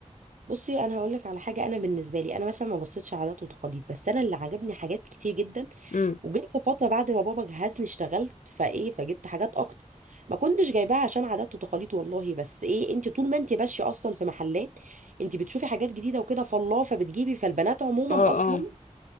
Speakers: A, on the right; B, on the left.
A: بصي انا هقول لك على حاجه انا بالنسبه لي انا مثلا ما بصيتش عادات وتقاليد بس انا اللي عجبني حاجات كتير جدا
B: امم
A: وجيت في فتره بعد ما بابا جهزني اشتغلت فايه فجبت حاجات اكتر ما كنتش جايباها عشان عادات وتقاليد والله بس ايه انت طول ما انت ماشيه اصلا في محلات انت بتشوفي حاجات جديده وكده فالله فبتجيبي فالبنات عموما
B: اه
A: اصلا
B: اه